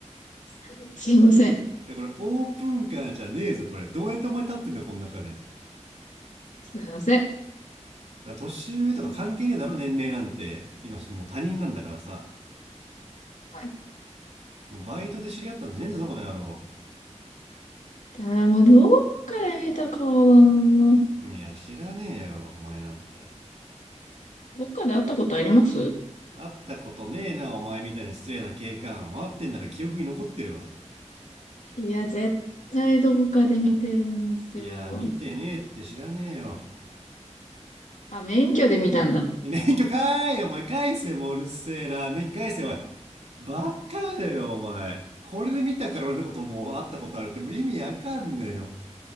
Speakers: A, on the left (about 85°); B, on the right (about 60°).
A: <laughs> すいません。
B: や、これオープンカーじゃねえぞ、これ。どうやってお前立ってんだよ、この中で。だか
A: すいません。
B: ら年上とか関係ねえだろ、年齢なんて。今、もう他人なんだからさ。
A: はい。
B: もうバイトで知り合ったんじゃねえんだぞ、この野郎。
A: でも、どっかで見た顔だな。
B: いや、知らねえよ、お前なんて。
A: どっかで会ったことあります
B: 会ったことねえな、お前みたいな失礼な警官。待ってんなら記憶に残ってるわ。
A: いや、絶対どこかで見てるんですよ。
B: いや、見てねえって知らねえよ。
A: あ、免許で見たんだ。
B: で免許返えお前返せもううるせえな。免許返せおい。ばっかだよお前。これで見たから俺のこともう会ったことあるってもう意味わかんねえよ。